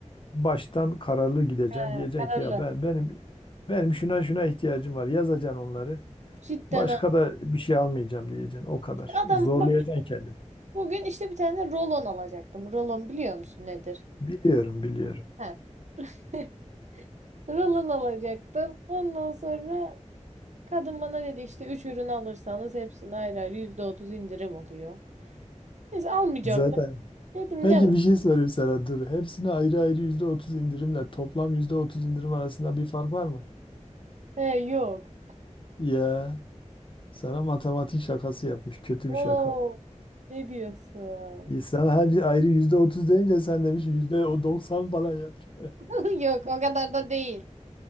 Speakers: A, on the left; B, on the right.
A: baştan kararlı gideceksin.
B: He,
A: Diyeceksin
B: kararlı.
A: ki ya ben benim benim şuna şuna ihtiyacım var. Yazacaksın onları.
B: Cidden
A: Başka
B: ha.
A: da bir şey almayacağım diyeceksin. O kadar.
B: Adam
A: Zorlayacaksın
B: bak
A: kendini.
B: Bugün işte bir tane rolon alacaktım. Rolon biliyor musun nedir?
A: Biliyorum, biliyorum.
B: He. <laughs> Rolon alacaktım. Ondan sonra kadın bana dedi işte 3 ürün alırsanız hepsini ayrı ayrı %30 indirim oluyor. Neyse almayacaktım.
A: Zaten.
B: Dedim
A: Peki
B: ne var?
A: bir şey sorayım sana dur. Hepsine ayrı ayrı %30 indirimle toplam %30 indirim arasında bir fark var mı?
B: He yok.
A: Ya sana matematik şakası yapmış. Kötü
B: Oo
A: bir şaka.
B: ne diyorsun?
A: İnsan her ayrı yüzde otuz deyince sen demiş yüzde o doksan falan yap. <laughs>
B: <laughs> Yok o kadar da değil.